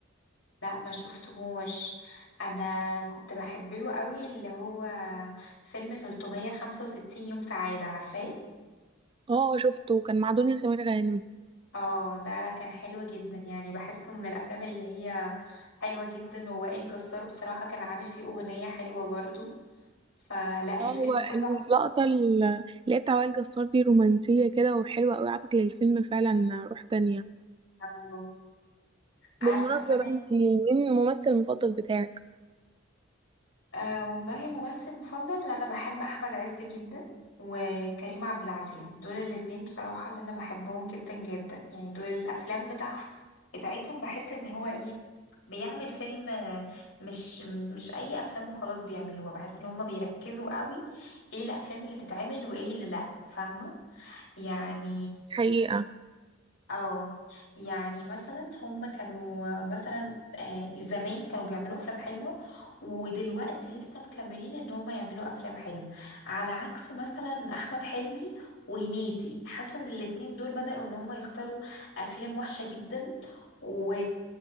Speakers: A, on the left; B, on the right.
A: لا ما شفتهوش انا كنت بحب له قوي اللي هو فيلم 365 يوم سعادة عارفاه
B: اه شفته كان مع دنيا سمير غانم
A: اه ده كان حلو جدا يعني بحسه من الافلام اللي هي حلوة جدا ووائل جسار بصراحة كان عامل فيه اغنية حلوة برضو فلا
B: اه
A: الفيلم
B: هو
A: كله
B: اللقطة
A: ع-
B: اللي هي بتاع وائل جسار دي رومانسية كده وحلوة قوي عطت للفيلم فعلا روح تانية
A: آه، عارفة
B: بالمناسبة
A: كمان
B: بقى انتي مين الممثل المفضل بتاعك؟
A: أه والله ممثل مفضل انا بحب احمد عز جدا وكريم عبد العزيز دول الاتنين بصراحة اللي انا بحبهم جدا جدا يعني دول الافلام بتاعهم بتاعتهم بحس ان هو ايه بيعمل فيلم آه، مش مش اي افلام وخلاص بيعملوها بحس ان هم بيركزوا قوي ايه الافلام اللي تتعمل وايه اللي لا فاهمة يعني
B: حقيقة
A: اه يعني مثلا هم كانوا مثلا آه، زمان كانوا بيعملوا افلام حلوه ودلوقتي لسه مكملين ان هم يعملوا افلام حلوه على عكس مثلا احمد حلمي وهنيدي حاسه ان الاتنين دول بدأوا ان هم يختاروا افلام وحشه جدا و-